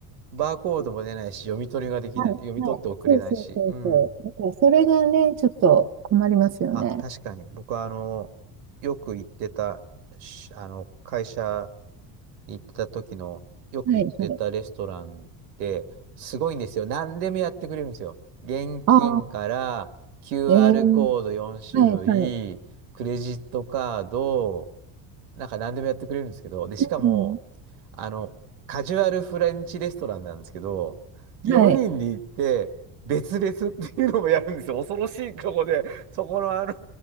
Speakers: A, on the right; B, on the right.
A: バーコードも出ないし、読み取りができない、
B: はい、
A: 読み取って送れないし。
B: はい。そうそうそうそう。
A: うん。
B: だから、それがね、ちょっと困りますよね。
A: あ、確かに。僕はあの、よく行ってた、しあの、会社行ってた時の、よく行ってたレストランって、
B: はい、はい。
A: すごいんですよ。何でもやってくれるんですよ。現金から
B: ああ。
A: QR
B: えー
A: コード4種類、
B: はい、はい。
A: クレジットカード、なんか何でもやってくれるんですけど、で、しかも、
B: うん。
A: あの、カジュアルフレンチレストランなんですけど、4人で行って、
B: はい。
A: 別々っていうのもやるんですよ。恐ろしいとこで、そこのあの、